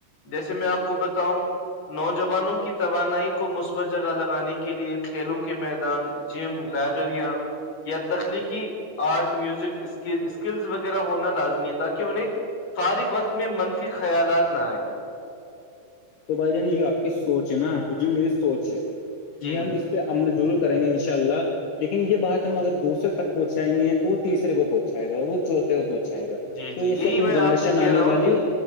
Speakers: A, on the left; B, on the left.
A: جیسے میں آپ کو بتاؤں نوجوانوں کی توانائی کو مثبت جگہ لگانے کے لیے کھیلوں کے میدان جم لائبریریاں یا تخلیقی آرٹ میوزکک اسکلز وغیرہ ہونا لازمی ہے تاکہ انہیں فارغ وقت میں منفی خیالات نہ آئے
B: تو بھائی جان آپ کی سوچ ہے نا اور جو میری سوچ ہے
A: جی
B: یہ ہم اس پہ عمل ضرور کریں گے ان شاء اللہ لیکن یہ بات ہم اگر دوسرے تک پہنچائیں گے تو وہ تیسرے کو پہنچائے گا وہ چوتھے کو پہنچائے گا
A: جی
B: تو
A: جی
B: یہے
A: یہی
B: اپنی
A: میں
B: جنریشن
A: آپ سے کہہ
B: آنے
A: رہا ہوں
B: والی
A: کہ